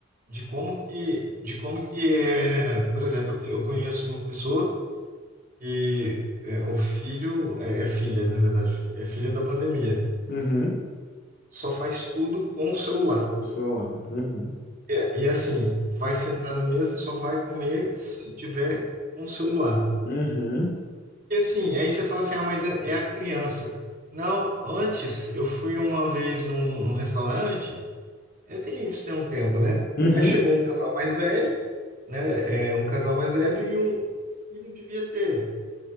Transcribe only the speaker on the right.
de como que, de como que é, por exemplo, eu te- eu conheço uma pessoa que é, o filho, é, é filha, na verdade, fi- é filha da pandemia.
Só faz tudo com o celular.
É, e assim, vai sentar na mesa, só vai comer se tiver um celular.
E assim, aí você fala assim, ah, mas é, é a criança. Não, antes eu fui uma vez num, num restaurante, é, tem isso tem um tempo, né?
Aí chegou um casal mais velho, né? É, um casal mais velho e um filho devia ter